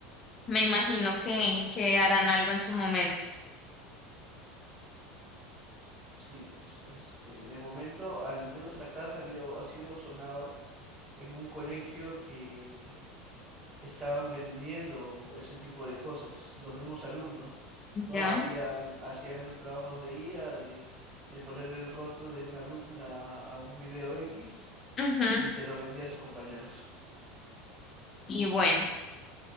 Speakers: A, on the left; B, on the right.
A: me imagino que, que harán algo en su momento.
B: Sí, pues este, de momento, al menos acá ha salido, ha sido sonado en un colegio que estaban vendiendo ese tipo de cosas. Los mismos alumnos, ¿no?
A: ¿Ya?
B: Hacían, hacían esos trabajos de IA, de, de ponerle el rostro de una alumna a un video X
A: Ujú.
B: y se los vendía a sus compañeros.
A: Y bueno.